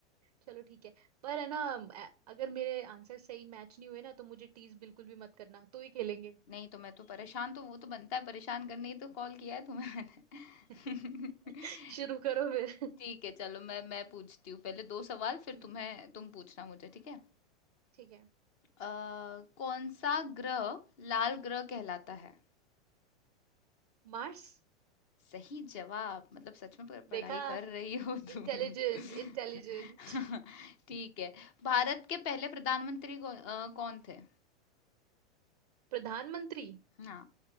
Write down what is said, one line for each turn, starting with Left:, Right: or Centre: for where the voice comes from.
Right: चलो ठीक है पर है ना अ- अगर मेरे आंसर सही मैच नहीं हुए ना तो मुझे टीज बिल्कुल भी मत करना तो ही खेलेंगे
Left: नहीं तो मैं तो परेशान तो वो तो बनता है परेशान करने ही तो कॉल किया है तुम्हें मैंने
Right: <laughs> शुरू
Left: <laughs>
Right: करो फिर
Left: ठीक है चलो मैं मैं पूछती हूँ पहले दो सवाल फिर
Right: हम्म
Left: तुम्हें तुम पूछना मुझे ठीक है
Right: ठीक है
Left: अ, कौन सा ग्रह लाल ग्रह कहलाता है
Right: मार्स
Left: सही जवाब मतलब सच में प- पढ़ाई
Right: देखा
Left: कर रही हो तुम
Right: Intelligent
Left: <laughs>
Right: intelligent
Left: ठीक है भारत के पहले प्रधानमंत्री कौ, अ, कौन थे
Right: <laughs> प्रधानमंत्री
Left: हाँ